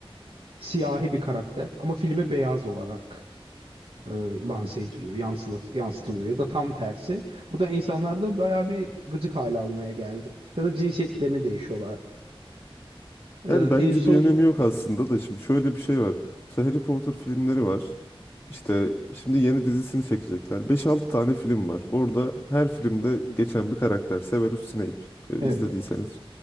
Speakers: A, on the right; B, on the left.
A: siyahi bir karakter ama filme beyaz olarak e, lanse ediliyor, yansılat, yansıtılıyor ya da tam tersi. Bu da insanlarda bayağı bir gıcık hale almaya geldi. Ya da cinsiyetlerini değişiyorlar. E,
B: Yani bence
A: en son
B: bir önemi yok aslında da şimdi şöyle bir şey var. Mesela Harry Potter filmleri var. İşte şimdi yeni dizisini çekecekler. Beş altı tane film var. Orada her filmde geçen bir karakter. Severus Snape. E,
A: evet,
B: izlediyseniz